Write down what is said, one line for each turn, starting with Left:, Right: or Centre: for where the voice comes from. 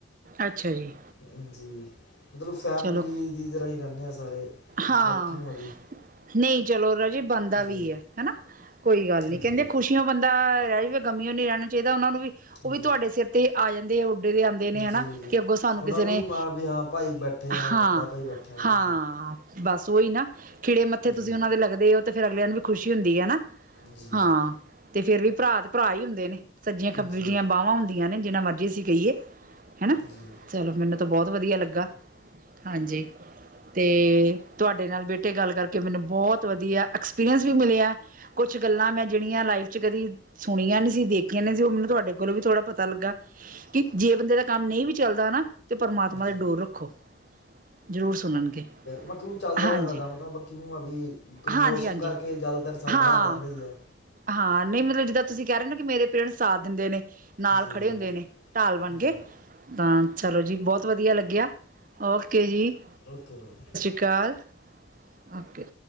Right: ਅੱਛਾ ਜੀ।
Left: ਹਾਂਜੀ। ਮਤਲਬ ਫੈਮਲੀ
Right: ਚਲੋ
Left: ਦੀ ਤਰ੍ਹਾਂ ਈ ਰੈਣੇ ਆਂ ਸਾਰੇ।
Right: ਹਾਂ
Left: ਬਾਕੀ ਨੂੰ ਵੀ
Right: ਨਈ ਚਲੋ ਰਾਜੇ ਬਣਦਾ
Left: ਜੀ
Right: ਵੀ ਐ ਹੈਨਾ। ਕੋਈ ਗੱਲ ਨੀ
Left: ਜੀ
Right: ਕਹਦੇ ਖੁਸ਼ੀ- ਸੀ ਓ ਬੰਦਾ ਰੈਜਵੇ, ਗਮੀਓ ਨੀ ਰੈਣਾ ਚਾਈਦਾ। ਓਨਾਂ ਨੂੰ ਵੀ- ਓ ਵੀ
Left: ਜੀ
Right: ਤੁਆਡੇ ਸਿਰ ਤੇ ਆ ਜਾਂਦੇ ਉੱਡੇ ਦੇ ਆਂਦੇ ਨੇ ਹੈਨਾ,
Left: ਜੀ ਜੀ
Right: ਕਿ ਅੱਗੋਂ ਸਾਨੂੰ
Left: ਉਹਨਾਂ
Right: ਕਿਸੇ
Left: ਨੂੰ
Right: ਨੇ-
Left: ਵੀ ਮਾਣ ਵੀ ਹਾਂ ਭਾਈ ਬੈਠੇ ਆ
Right: ਹਾਂ-
Left: ਵੱਡਾ ਭਾਈ ਬੈਠਾ ਹੈ
Right: ਹਾਂ
Left: ਜੀ
Right: ਬਸ ਔਈ ਨਾ ਖਿੜੇ ਮੱਥੇ ਤੁਸੀਂ
Left: ਜੀ
Right: ਓਨਾ ਦੇ ਲੱਗਦੇ ਔ, ਤੇ ਫੇਰ ਅਗਲਿਆਂ ਨੂੰ ਵੀ- ਖੁਸ਼ੀ ਹੁੰਦੀ ਹੈ ਨਾ,
Left: ਜੀ
Right: ਹਾਂ ਤੇ ਫੇਰ ਵੀ ਭਰਾ ਤੇ ਭਰਾ ਈ ਹੁੰਦੇ ਨੇ। ਸੱਜੀਆਂ ਖੱਬੇ
Left: ਜੀ
Right: ਦੀਆਂ ਬਾਵਾਂ ਹੁੰਦੀਆਂ ਨੇ, ਜਿਨਾ ਮਰਜੀ ਅਸੀਂ ਕ‌ਈਏ ਹੈਨਾ।
Left: ਜੀ
Right: ਚਲੋ ਮੈਨੂੰ ਤਾਂ ਬੋਤ ਵਧੀਆ ਲੱਗਾ ਹਾਂਜੀ, ਤੇ ਤੁਆਡੇ ਨਾਲ ਬੇਟੇ ਗੱਲ ਕਰਕੇ ਮੈਨੂੰ ਬੋਤ ਵਧੀਆ ਐਕਸਪੀਰੀਅੰਸ ਵੀ ਮਿਲਿਆ। ਕੁਛ ਗੱਲਾਂ ਮੈਂ ਜੇੜੀਆਂ ਲਾਈਫ 'ਚ ਕਦੀ ਸੁਣੀਆਂ ਨੀ ਸੀ, ਦੇਖੀਆਂ ਨੀ ਸੀ, ਓ ਮੈਨੂੰ ਤੁਆਡੇ ਕੋਲੋਂ ਵੀ ਥੋੜ੍ਹਾ ਪਤਾ ਲੱਗਾ। ਕੀ ਜੇ ਬੰਦੇ ਦਾ ਕੰਮ ਨਈ ਵੀ ਚੱਲਦਾ ਨਾ- ਤੇ ਪਰਮਾਤਮਾ ਤੇ
Left: ਜੀ
Right: ਡੋਰ ਰੱਖੋ, ਜ਼ਰੂਰ ਸੁਣਨਗੇ।
Left: ਮਤਲਬ। ਚੱਲਦਾ
Right: ਹਾਂਜੀ
Left: ਰੈਂਦਾ ਕੰਮ ਤਾਂ ਬਾਕੀ ਇਉਂ ਆ ਵੀ
Right: ਹਾਂਜੀ
Left: ਮੌਸਮ
Right: ਹਾਂਜੀ
Left: ਕਰਕੇ ਜਾਦਾਤਰ ਸਾਡਾ
Right: ਹਾਂ
Left: ਰੈਂਦਾ ਈ ਆ।
Right: ਹਾਂ, ਨਈ ਮਤਲਬ ਜਿੱਦਾਂ ਤੁਸੀਂ ਕੈ ਰੇ ਨਾ ਕਿ ਮੇਰੇ ਪੇਰੈਂਟ ਸਾਥ ਦਿੰਦੇ ਨੇ, ਨਾਲ
Left: ਜੀ
Right: ਖੜੇ ਹੁੰਦੇ ਨੇ ਢਾਲ ਬਣ
Left: ਜੀ
Right: ਕੇ।
Left: ਜੀ
Right: ਤਾਂ, ਚਲੋ ਜੀ ਬਹੁਤ ਵਧੀਆ ਲੱਗਿਆ, ਓਕੇ ਜੀ।
Left: Okay madam
Right: call okay